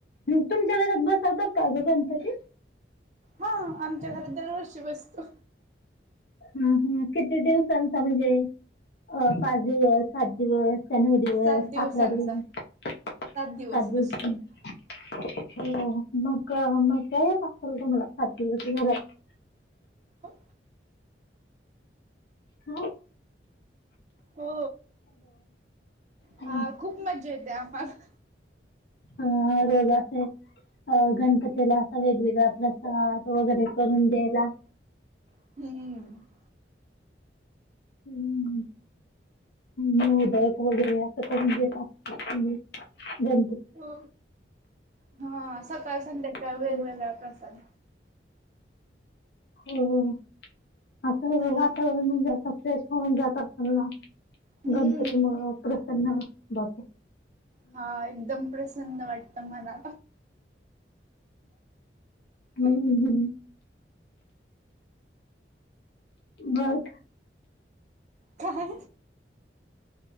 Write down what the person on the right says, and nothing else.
हा आमच्या घरात दरवर्षी बसतो
सात दिवसांचा
दिवस
बसतो
ह
हो
हा खूप मज्जा येते आम्हाला
हम्म
हो हा सकाळ संध्याकाळ
वेगवेगळ्या प्रसाद
हा.
हम्म
हा एकदम प्रसन्न वाटतं मला
काय